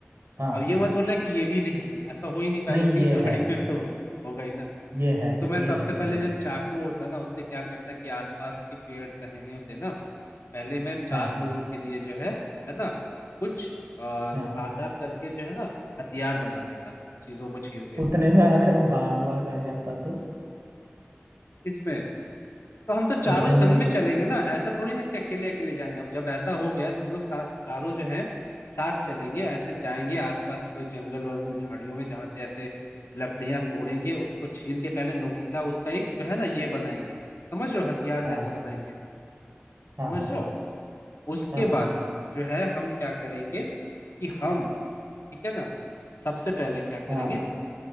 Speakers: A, on the right (about 80°); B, on the left (about 85°).
A: हाँ
B: अब ये मत बोलना कि ये भी नहीं है ऐसा हो ही नहीं पाएगा
A: नहीं
B: क्योंकि
A: ये
B: <laughs> गाड़ी
A: है
B: में तो होगा ही ना
A: ये है
B: तो मैं
A: ये
B: सबसे
A: है
B: पहले
A: चलो
B: जो चाकू होता है ना उससे क्या करता कि आसपास के पेड़ टहनियों से ना पहले मैं चार
A: हाँ
B: लोगों के लिए जो है है ना कुछ अ,
A: हाँ
B: धारदार करके जो है ना हथियार बना देता चीजों को छील के
A: उतने में अगर बाग बाग आ जाता तो
B: इसमें तो हम तो चारों
A: उतने
B: संग
A: में अगर
B: में चलेंगे ना ऐसा थोड़ी ना कि अकेले अकेले जाएंगे अब जब ऐसा हो गया तो हम लोग सा- चारों जो है साथ चलेंगे ऐसे जाएंगे आसपास कोई जंगल वंगल झाड़ियों में जहां से ऐसे लकड़ियां तोड़ेंगे उसको छील के पहले नोकीला उसका एक जो है ना ये बनाएंगे समझ रहे हो हथियार जैसा
A: हाँ
B: बनाएंगे
A: हाँ
B: समझ
A: हाँ
B: रहे हो उसके
A: हाँ हाँ
B: बाद जो है हम क्या करेंगे कि हम ठीक है ना सबसे पहले क्या करेंगे
A: हाँ